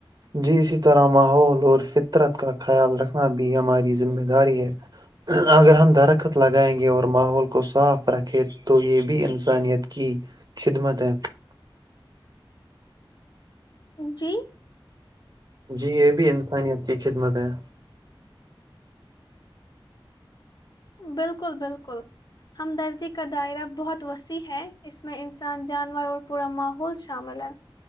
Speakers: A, on the right (about 45°); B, on the left (about 50°).
A: جی اسی طرح ماحول اور فطرت کا خیال رکھنا بھی ہماری ذمہ داری ہے اگر ہم درخت لگائیں گے اور ماحول کو صاف رکھے تو یہ بھی انسانیت کی خدمت ہے
B: جی
A: جی یہ بھی انسانیت کی خدمت ہیں
B: بالکل بالکل ہمدردی کا دائرہ بہت وسیع ہے اس میں انسان جانور اور پورا ماحول شامل ہے